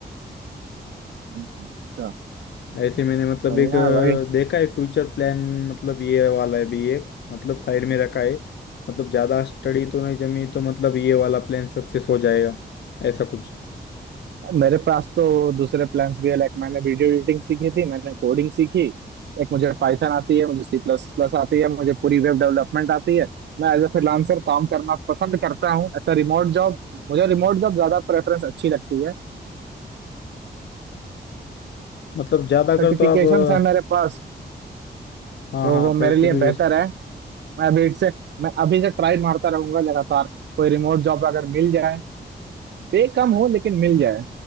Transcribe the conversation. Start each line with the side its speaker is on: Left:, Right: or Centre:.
Right: अच्छा
Left: ऐसे मैंने मतलब
Right: बढ़िया
Left: एक अ,
Right: है भाई
Left: देखा है फ्यूचर प्लान मतलब ये वाला है भी एक मतलब साइड में रखा है मतलब ज्यादा स्टडी तो नहीं जमी तो मतलब ये वाला प्लान सक्सेस हो जाएगा ऐसा कुछ
Right: मेरे पास तो दूसरे प्लान्स भी है लाइक मैंने वीडियो एडिटिंग सीखी थी मैंने कोडिंग सीखी एक मुझे पाइथन आती है मुझे सी प्लस प्लस आती है मुझे पूरी वेब डेवलपमेंट आती है मैं एज ए फ्रीलांसर काम करना पसंद करता हूँ एज रिमोट जॉब मुझे रिमोट जॉब ज्यादा प्रेफरेंस अच्छी लगती है
Left: मतलब ज्यादा
Right: सर्टिफिकेशंस
Left: कर तो आप अ,
Right: है मेरे पास
Left: हाँ
Right: तो
Left: हाँ
Right: वो मेरे
Left: सर्टिफिकेट
Right: लिए बेहतर मैं अभी से मैं अभी से ट्राई मारता रहूंगा लगातार कोई रिमोट जॉब अगर मिल जाए पे कम हो लेकिन मिल जाए